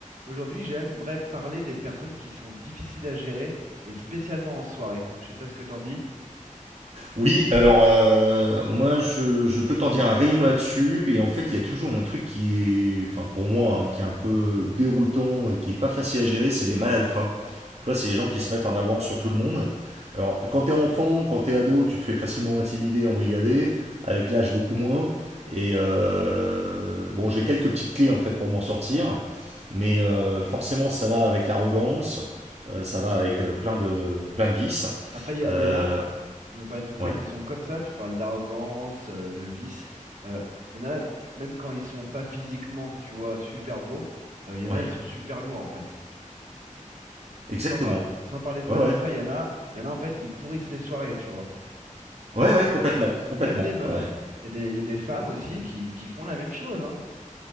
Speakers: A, on the right; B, on the right.
A: Aujourd'hui, j'aimerais parler des personnes qui sont difficiles à gérer et spécialement en soirée. Je sais pas ce que t'en dis.
B: Oui, alors euh, moi je, je peux t'en dire un rayon là-dessus et en fait il y a toujours un truc qui est, enfin pour moi, hein, qui est un peu déroutant et qui est pas facile à gérer, c'est les mâles alpha. Tu vois, c'est les gens qui se mettent en avant sur tout le monde. Alors quand t'es enfant, quand t'es ado, tu te fais facilement intimider, embrigader, avec l'âge beaucoup moins. Et euh, bon, j'ai quelques petites clés en fait pour m'en sortir, mais euh, forcément ça va avec l'arrogance, euh, ça va avec euh, plein de plein de vices.
A: Après, il y, a-
B: Euh,
A: il y en a, je me permets de te couper,
B: ouais.
A: ils sont comme ça. Tu parles d'arrogance, euh, de vice. Euh, Il y en a, même quand ils sont pas physiquement, tu vois, super beaux, euh, il y en
B: Ouais.
A: a, ils sont super lourds en fait.
B: Exactement.
A: Sans, par- sans parler de mal
B: Ouais, ouais.
A: alpha, il y en a, il y en a en fait, ils pourrissent les soirées, tu vois.
B: Ouais, ouais, complètement. Complètement.
A: Ou même des meufs.
B: Ouais.
A: Il y a des, il y a des femmes aussi qui, qui font la même chose, hein.